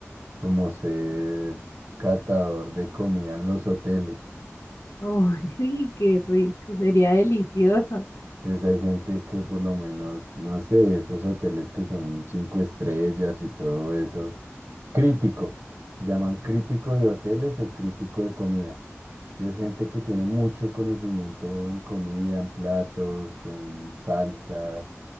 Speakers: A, on the right (about 60°); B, on the left (about 70°).
A: como ser catador de comida en los hoteles.
B: Uy, <laughs> qué rico, sería delicioso.
A: Entonces hay gente que por lo menos, no sé, esos hoteles que son cinco estrellas y todo eso. Crítico, se llaman crítico de hoteles o crítico de comida. Es gente que tiene mucho conocimiento en comida, en platos, en salsas